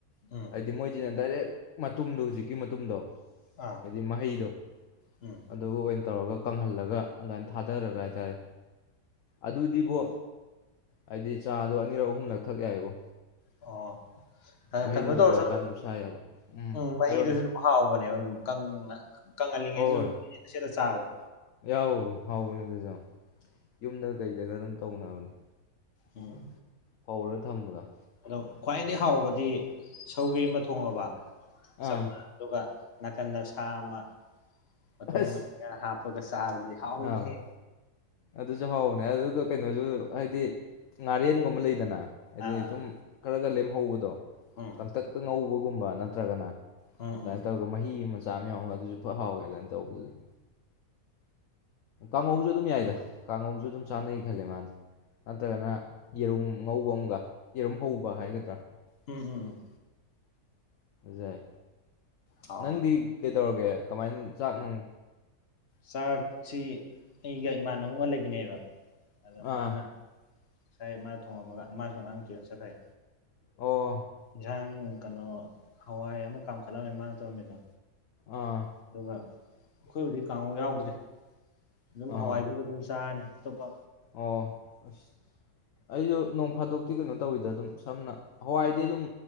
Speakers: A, on the left (about 45°); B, on the left (about 65°).
A: ꯎꯝ
B: ꯍꯥꯏꯗꯤ ꯃꯣꯏꯗꯤ ꯗꯥꯏꯔꯦꯛ ꯃꯇꯨꯝꯗꯣ ꯍꯧꯖꯤꯛꯀꯤ ꯃꯇꯨꯝꯗꯣ
A: ꯑꯥ
B: ꯍꯥꯏꯗꯤ ꯃꯍꯩꯗꯣ
A: ꯎꯝ
B: ꯑꯗꯨ ꯇꯧꯔꯒ ꯀꯪꯍꯜꯂꯒ ꯑꯗꯨꯃꯥꯏꯅ ꯊꯥꯗꯔꯒ ꯍꯥꯏꯇꯥꯔꯦ ꯑꯗꯨꯗꯤꯕꯣ ꯍꯥꯏꯗꯤ ꯆꯥꯗꯣ ꯑꯅꯤꯔꯛ ꯑꯍꯨꯝꯂꯛ ꯊꯛ ꯌꯥꯏꯕꯣ
A: ꯑꯣ
B: ꯃꯍꯩꯗꯨꯁꯨ
A: ꯀꯩꯅꯣ ꯇꯧꯔꯁꯨ
B: ꯂꯣꯏꯔꯀꯥꯟꯗ
A: ꯑꯗꯨꯝ
B: ꯁꯥ ꯌꯥꯕ
A: ꯎꯝ ꯃꯍꯤꯗꯨꯁꯨ
B: ꯍꯥꯏꯔꯣꯅꯦ
A: ꯑꯗꯨꯝ ꯍꯥꯎꯕꯅꯦꯕ ꯑꯗꯨꯝ ꯀꯪꯅ ꯀꯪꯍꯜꯂꯤꯉꯩꯗꯨꯝ
B: ꯍꯣꯏ ꯍꯣꯏ
A: ꯁꯦꯗ ꯆꯥꯕꯗꯣ
B: ꯌꯥꯎ ꯍꯥꯎꯕꯅꯤꯗꯖꯥꯎ ꯌꯨꯝꯗ ꯀꯩꯗꯒ ꯑꯗꯨꯝ ꯇꯧꯅꯕꯅꯦ
A: ꯎꯝ
B: ꯐꯧꯔ ꯊꯝꯕꯗ
A: ꯑꯗꯣ ꯈ꯭ꯋꯥꯏꯗꯒꯤꯩ ꯍꯥꯎꯕꯗꯤ ꯁꯧꯒꯤ ꯑꯃ ꯊꯣꯡꯉꯕ
B: ꯑꯥ
A: ꯁ ꯑꯗꯨꯒ ꯅꯥꯀꯟꯗ ꯁꯥ ꯑꯃ ꯃ
B: ꯑꯁ
A: ꯃ ꯍꯥꯄꯒ ꯆꯥꯔꯗꯤ ꯍꯥꯎꯕꯅꯤꯍꯥ
B: ꯑꯥꯎ ꯑꯗꯨꯁꯨ ꯍꯥꯎꯕꯅꯦ ꯑꯗꯨꯒ ꯀꯩꯅꯣꯁꯨ ꯍꯥꯏꯗꯤ ꯉꯥꯔꯦꯟꯒꯨꯝꯕ ꯂꯩꯗꯅ ꯍꯥꯏꯗꯤ
A: ꯑꯥ
B: ꯁꯨꯝ
A: ꯑꯥ
B: ꯈꯔꯒ ꯂꯦꯝꯍꯧ ꯕꯗꯣ
A: ꯎꯝ
B: ꯀꯪꯇꯛꯀ ꯉꯧꯕ ꯒꯨꯝꯕ ꯅꯠꯇ꯭ꯔꯒꯅ
A: ꯎꯝ
B: ꯑꯗꯨꯃꯥꯏ
A: ꯎꯝ
B: ꯇꯧꯔꯒ ꯃꯍꯤ ꯑꯃ ꯆꯥꯝ ꯌꯥꯎ ꯑꯗꯨꯁꯨ ꯐ ꯍꯥꯎꯋꯦ ꯑꯗꯨꯃꯥꯏꯅ ꯇꯧꯕꯗꯨꯁꯨ ꯀꯥꯡꯍꯧꯁꯨ ꯑꯗꯨꯝ ꯌꯥꯏꯗ ꯀꯥꯡꯉꯧꯁꯨ ꯑꯗꯨꯝ ꯆꯥꯅꯩ ꯈꯜꯂꯦ ꯃꯥꯗꯤ ꯅꯠꯇ꯭ꯔꯒꯅ ꯌꯦꯔꯨꯝ ꯉꯧꯕ ꯑꯃꯒ ꯌꯦꯔꯨꯝ ꯍꯧꯕ ꯍꯥꯏꯒꯗ꯭ꯔꯥ
A: ꯎꯝ ꯎꯝ
B: ꯌꯥꯏ
A: ꯍꯥꯎꯋꯦ
B: ꯅꯪꯗꯤ ꯀꯩ ꯇꯧꯔꯒꯦ ꯀꯃꯥꯏꯅ ꯆꯥꯛ ꯅꯨꯡ
A: ꯆꯥꯛꯁꯤ ꯑꯩꯒ ꯏꯃꯥꯟꯅꯕ ꯑꯃꯒ ꯂꯩꯃꯤꯟꯅꯩꯌꯦꯕ ꯑꯗ
B: ꯑꯥ
A: ꯃꯥꯅ <inaudible> ꯃꯥ ꯊꯣꯡꯉꯝꯃꯒ ꯃꯥꯁꯨ ꯑꯉꯥꯡ ꯇꯤ꯭ꯌꯨꯁꯟ ꯆꯠꯈ꯭ꯔꯦ
B: ꯑꯣ
A: ꯌꯦꯟꯁꯥꯡ ꯀꯩꯅꯣ ꯍꯋꯥꯏ ꯑꯃꯨꯛ ꯀꯥꯝꯈꯠꯂꯝꯃꯦ ꯃꯥꯅ ꯇꯧꯔꯝꯃꯤꯗꯣ
B: ꯑꯥ
A: ꯑꯗꯨꯒ ꯑꯩꯈꯣꯏꯕꯨꯗꯤ ꯀꯥꯡꯍꯧ ꯌꯥꯎꯗ꯭ꯔꯦ ꯑꯗꯨꯝ
B: ꯑꯥ
A: ꯍꯋꯥꯏꯗꯨꯒ ꯑꯗꯨꯝ ꯆꯥꯔꯅꯤ ꯇꯣꯞꯄ
B: ꯑꯣ ꯑꯁ ꯑꯩꯁꯨ ꯅꯣꯡ ꯐꯥꯗꯣꯛꯇꯤ ꯀꯩꯅꯣ ꯇꯧꯋꯤꯗ ꯑꯗꯨꯝ ꯁꯝꯅ ꯍꯋꯥꯏꯗꯤ ꯑꯗꯨꯝ